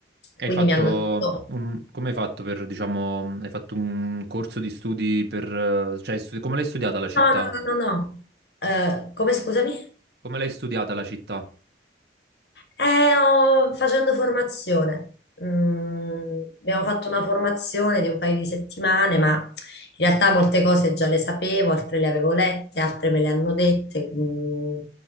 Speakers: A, on the right; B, on the left.
A: Hai
B: quindi
A: fatto
B: mi hanno detto:
A: un... come hai fatto per, diciamo, hai fatto un corso di studi per, eh, cioè, hai studi- come l'hai studiata la città?
B: no, no, no, no, no. Eh, come scusami?
A: Come l'hai studiata la città?
B: Eh, ho- facendo formazione. Mm, abbiamo fatto una formazione di un paio di settimane, ma in realtà molte cose già le sapevo, altre le avevo lette, altre me le hanno dette. Mm,